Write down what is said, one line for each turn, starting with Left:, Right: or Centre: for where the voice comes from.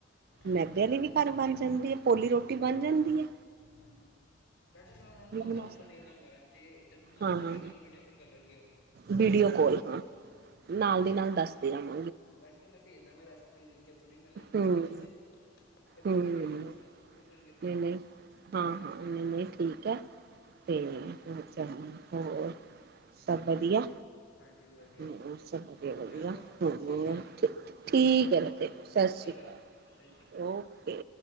Left: ਹਾਂਜੀ
Right: ਮੈਦੇ ਆਲੀ ਵੀ ਘਰ ਬਣ ਜਾਂਦੀ ਏਂ। ਪੋਲੀ ਰੋਟੀ ਬਣ ਜਾਂਦੀ ਐਂ।
Left: ਹਾਂਜੀ ਵੈਸੇ ਮੈਂ ਓਨਾਂ ਨੂੰ ਤੁਹਾਡਾ
Right: ਬਣਾ
Left: ਨੰਬਰ
Right: ਸਕਦੇ
Left: ਦੇ ਦਾਂਗਾ, ਜੇ ਜਦ ਬਣਾਣ
Right: ਹਾਂ
Left: ਲੱਗੇ
Right: ਹਾਂ
Left: ਤਾਹਨੂੰ ਵੀਡੀਓ ਕਾਲ ਕਰ ਲੈਣਗੇ ਓ।
Right: ਵੀਡੀਓ ਕਾਲ ਹਾਂ, ਨਾਲ ਦੀ ਨਾਲ ਦੱਸਦੀ ਰਵਾਂ।
Left: ਹਾਂ ਵੈਸੇ ਤੇ ਮੈਂ ਭੇਜ ਦਾਂਗਾ ਰੈਸਪੀ ਲਿਖ। ਕੇ ਪੂਰੀ, ਮੈਂ ਲਿਖ ਲਿਤੀ
Right: ਹਮ
Left: ਵੈਸੇ ਤੇ ਨੰਬਰ
Right: ਹਮ
Left: ਵੀ ਭੇਜ ਦਾਂਗਾ ਮੈਂ, ਓ ਪੁੱਛ ਲੈਣਗੇ ਤੁਹਾਂਨੂੰ।
Right: ਨਹੀਂ ਨਹੀਂ ਹਾਂ -ਹਾਂ ਨਈ -ਨਈ ਠੀਕ ਐਂ। ਤੇ
Left: ਹਾਂਜੀ
Right: ਹੋਰ ਚਲ ਹੋਰ
Left: ਹਾਂਜੀ
Right: ਸਭ ਵਧੀਆਂ।
Left: ਹਾਂਜੀ ਵਧੀਆ
Right: ਹੂੰ ਹੋਰ ਸਭ ਵਧੀਆਂ
Left: ਚਲੋ
Right: -ਵਧੀਆਂ,
Left: ਠੀਕ ਹੈ ਸਤਿ
Right: ਠੀਕ
Left: ਸ਼੍ਰੀ
Right: ਐ ਤੇ। ਸਾਸਰੀ
Left: ਠੀਕ ਹੈ
Right: ਕਾਲ
Left: ਸਤਿ ਸ਼੍ਰੀ ਅਕਾਲ
Right: ਓਕੇ।